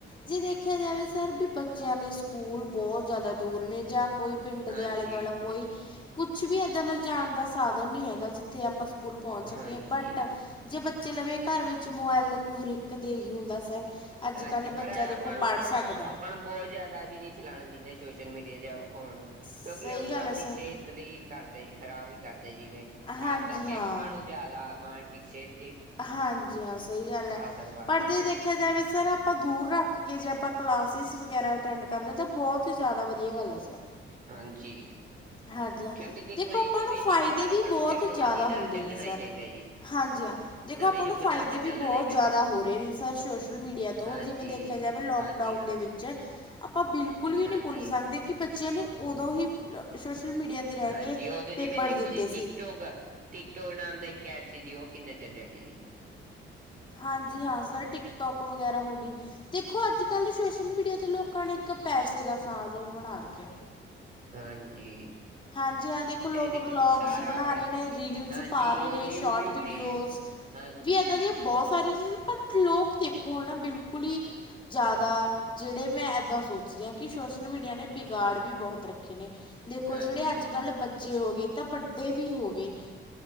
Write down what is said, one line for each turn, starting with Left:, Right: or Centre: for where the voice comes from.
Left: ਜੇ ਦੇਖਿਆ ਜਾਵੇ ਸਰ ਵੀ ਬੱਚਿਆਂ ਦੇ ਸਕੂਲ ਬੋਤ ਦੂਰ ਨੇ ਜਾਂ ਕੋਈ ਪਿੰਡ ਦੇ
Right: ਹਾਂ ਜੀ।
Left: ਆਲੇ-ਦੁਆਲਾ
Right: ਹਾਂਜੀ,
Left: ਕੋਈ ਕੁਛ ਵੀ ਏਦਾਂ ਦਾ ਜਾਨ ਦਾ ਸਾਧਨ ਨੀ ਹੈਗਾ ਜਿੱਥੇ ਆਪਾਂ ਸਕੂਲ ਪੌਂਚ ਸਕੀਏ
Right: ਹਾਂਜੀ,
Left: ਬਟ ਜੇ ਬੱਚੇ ਲਵੇ ਘਰ ਵਿੱਚ ਮੋਬਾਇਲ ਦੇਖੋ ਹਰ ਇੱਕ ਦੇ ਈ ਹੁੰਦਾ ਸਰ। ਅੱਜ
Right: ਹਾਂਜੀ
Left: ਕੱਲ੍ਹ
Right: ਪਰ
Left: ਬੱਚਾ
Right: ਆਪਾਂ
Left: ਦੇਖੋ
Right: ਨੂੰ,
Left: ਪੜ੍ਹ ਸਕਦਾ
Right: ਆਪਾਂ ਨੂੰ ਬੋਤ ਜਾਦਾ ਵੀ ਨੀ ਚਲਾਣਾ ਚਾਈਦਾ ਸੋਸ਼ਲ ਮੀਡੀਆ ਜਾਂ ਫੋਨ ਕਿਉਂਕਿ
Left: ਸਹੀ
Right: ਓ
Left: ਗੱਲ
Right: ਆਪਣੀ
Left: ਹੈ ਸਰ
Right: ਸੇਹਤ ਵੀ ਕਰਦੇ ਜੀ ਖਰਾਬ ਈ ਕਰਦੇ ਜਿਵੇਂ ਖਾਸ
Left: ਹਾਂਜੀ
Right: ਕਰਕੇ
Left: ਹਾਂ
Right: ਅੱਖਾਂ ਨੂੰ ਜਾਦਾ ਮਾਨਸਿਕ ਸੇਹਤ
Left: ਹਾਂਜੀ ਹਾਂ, ਸਈ ਗੱਲ ਐ
Right: ਆਸਰ ਪਾ
Left: ਪਰ
Right: ਦਿੰਦਾ
Left: ਜੇ ਦੇਖਿਆ
Right: ਜੀ
Left: ਜਾਵੇ ਸਰ ਆ ਆਪਾਂ ਦੂਰ ਰੱਖ ਕੇ ਜੇ ਆਪਾਂ ਕਲਾਸਿਸ ਵਗੈਰਾ ਅਟੈਂਡ ਕਰਦੇ ਤਾਂ ਬੋਤ ਹੀ ਜਾਦਾ ਵਦੀਆ ਗੱਲ ਐ ਸਰ।
Right: ਹਾਂਜੀ।
Left: ਹਾਂਜੀ ਹਾਂ
Right: ਕਿਉਂਕਿ ਦੇਖੋ ਜੀ
Left: ਆਪਾਂ
Right: ਜਿਵੇਂ-ਜਿਵੇਂ
Left: ਨੂੰ ਫਾਇਦੇ
Right: ਪਰ ਆਪਾਂ
Left: ਵੀ ਬਹੁਤ
Right: ਨੂੰ ਟੈਕਨੋਲੋਜੀ
Left: ਜ਼ਿਆਦਾ
Right: ਨਾਲ
Left: ਹੁੰਦੇ
Right: ਚੱਲਣਾ
Left: ਨੇ ਸਰ
Right: ਹੀ ਚਾਈਦਾ ਜੀ।
Left: ਹਾਂਜੀ ਹਾਂ, ਦੇਖੋ
Right: ਨਵੇਂ
Left: ਆਪਾਂ
Right: ਯੁੱਗ
Left: ਨੂੰ ਫਾਏਦੇ
Right: ਨਾਲ ਤਾਂ ਚੱਲਣਾ
Left: ਵੀ ਬੋਤ
Right: ਹੀ ਪੈਂਦਾ
Left: ਜਾਦਾ
Right: ਜੀ
Left: ਹੋ ਰੇ ਨੇ ਸਰ ਸੋਸ਼ਲ ਮੀਡੀਆ ਤੋਂ
Right: ਹਾਂਜੀ
Left: ਜਿਵੇਂ ਦੇਖਿਆ ਜਾਵੇ ਲੋਕਡਾਊਨ
Right: ਹਾਂਜੀ ਹਾਂ
Left: ਦੇ ਵਿੱਚ ਆਪਾਂ ਬਿਲਕੁਲ ਵੀ
Right: ਹਾਂਜੀ
Left: ਨੀ ਭੁੱਲ ਸਕਦੇ ਕਿ ਬੱਚੇਆਂ ਨੇ ਓਦੋਂ ਹੀ ਸੋਸ਼ਲ ਮੀਡੀਆ 'ਤੇ ਰਹਿ
Right: ਹਾਂਜੀ
Left: ਕੇ
Right: ਓ ਤੇ ਜਿਵੇਂ
Left: ਪੇਪਰ
Right: ਦੇਖੋ
Left: ਦਿੱਤੇ
Right: ਜੀ
Left: ਸੀ
Right: ਟਿਕਟੋਕ ਟਿਕਟੋਕ ਨਾਮ ਦਾ ਇੱਕ ਐਪ ਸੀ ਜੀ, ਓ ਕਿੰਨਾ ਚੱਲੇਆ ਸੀ ਜੀ।
Left: ਹਾਂਜੀ ਹਾਂ ਸਰ ਟਿਕਟੋਕ ਵਗੈਰਾ ਹੋ ਗੀ। ਦੇਖੋ ਅੱਜ-ਕੱਲ ਸੋਸ਼ਲ ਮੀਡੀਆ ਤੇ ਲੋਕਾਂ ਨੇ ਇੱਕ ਪੈਸੇ ਦਾ ਸਾਧਨ ਬਣਾ ਰੱਖਿਆ।
Right: ਹਾਂਜੀ।
Left: ਹਾਂਜੀ ਹਾਂ, ਦੇਖੋ ਲੋਕ
Right: ਇਹਦੇ ਕੁਝ
Left: ਵਲੋਗਸ
Right: ਸਾਰਾ
Left: ਬਣਾ
Right: ਆਪ
Left: ਰਹੇ ਨੇ, ਰੀਲਸ
Right: ਹਾਂਜੀ
Left: ਪਾ ਰਹੇ
Right: ਲੋਕ
Left: ਨੇ
Right: ਯੂਟਿਊਬ
Left: ਸ਼ੋਟ ਵੀਡੀਓਜ਼
Right: ਤੇ ਹਾਂਜੀ
Left: ਵੀ ਇਦਾਂ ਦੀਆਂ ਬੋਤ ਸਾਰੀਆਂ ਸੀ ਪਰ ਲੋਕ ਦੇਖੋ ਹਨਾ ਬਿਲਕੁਲ ਈ ਜਾਦਾ ਜੇੜੇ ਮੈਂ ਏਦਾਂ ਸੋਚ ਰੀ ਆਂ। ਕਿ ਸੋਸ਼ਲ ਮੀਡੀਆ ਨੇ ਵਿਗਾੜ ਵੀ ਬੋਹਤ ਰੱਖੇ ਨੇ ਦੇਖੋ
Right: ਹਾਂਜੀ
Left: ਜੇੜੇ ਅੱਜ ਕੱਲ ਬੱਚ ਚੇ ਹੋ ਗੇ ਤਾਂ ਵੱਡੇ ਵੀ ਹੋ ਗੇ